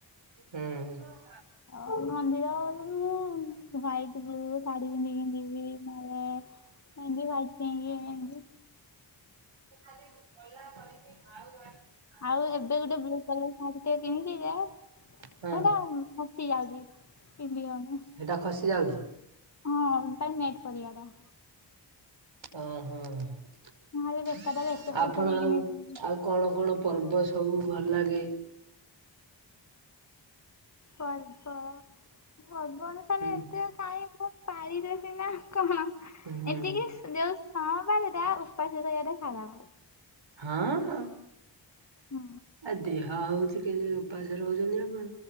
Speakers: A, on the right; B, on the left.
A: ହୁଁ।
B: ଆଉ ମନ୍ଦିର। ଉଁ ହ୍ୱାଇଟି ବ୍ଲୁ ଶାଢୀ ପିନ୍ଧିକି ଯିବି ନହଲେ <unintelligible>
A: <unintelligible>
B: ଆଉ ଏବେ ଗୋଟେ ବ୍ଲୁ କଲର ଶାଢ଼ୀଟେ କିଣିିଚି ଯେ ହେ
A: ହଁ
B: ଇଟା ଉଁ ଖସି ଯାଉଚି ପିନ୍ଧିହଉନି।
A: ହେଟା ଖସିଯାଉଚି।
B: ହଁ ପାଇଁ ନେଟ୍ ପରିଆଟା।
A: ଓ ହଁ ହଁ
B: ନହେଲେ ବେକାରଟାରେ ଏତେ ପଇସା
A: ଆପଣ
B: ଦେଇକିନି
A: ଆଉ
B: କିଣିଲି
A: ଆଉ କଣ କଣ ପର୍ବ ସବୁ ଭଲ୍ ଲାଗେ?
B: ପର୍ବ ପର୍ବଣ
A: ହୁଁ ହୁଁ।
B: କାଇଁ ମୁ ପରିଦେ ପିନ୍ଧନ୍ତି ସେ କଣ
A: ହୁଁ
B: ଏତିକି ଯେଉ ସଅଁବାରଟା ଉପାସ ରହିବା ଟା ସାର
A: ହଁ ହଁ।
B: ହୁଁ।
A: ଆଉ ଦେହ ହଉଚି କେମିତି ଉପାସ ରହୁଚନ୍ତି ଆପଣ।